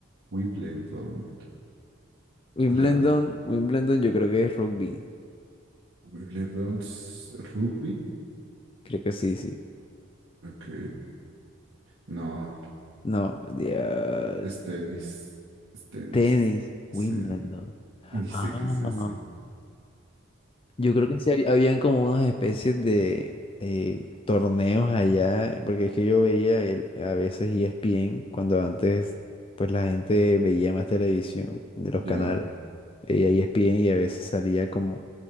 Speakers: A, on the right; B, on the left.
A: Wimbledon.
B: Wimbledon,
A: La
B: Wimbledon yo creo que es rugby.
A: Wimbledon es rugby.
B: Creo que sí, sí.
A: Ok. No,
B: No, Dios.
A: es tenis. Es tenis.
B: Tenis,
A: es- Sí,
B: Wimbledon.
A: ni sé
B: Ah,
A: qué es eso.
B: yo creo que sí hab- habían como unas especies de eh, torneos allá, porque es que yo veía el, a veces ESPN, cuando antes pues la gente veía más televisión de los
A: Ya.
B: canales, veía ESPN y a veces salía como